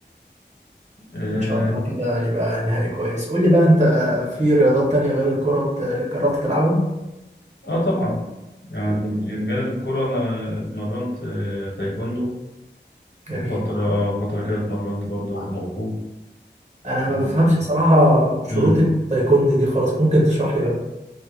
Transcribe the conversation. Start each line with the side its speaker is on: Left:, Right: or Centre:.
Left: آه
Right: ان شاء الله كده يبقى نهائي كويس قول لي بقى انت آه، في رياضات تانية غير الكرة بت- جربت تلعبها
Left: آه طبعا يعني من جانب الكرة أنا اتمرنت آه، تايكوندو
Right: جميل
Left: وفترة آه، فترة كده اتمرنت برضه كونغ فو
Right: انا ما
Left: و...
Right: بفهمش بصراحة شروط
Left: مم.
Right: التايكوندي دي خالص ممكن تشرح لي بقى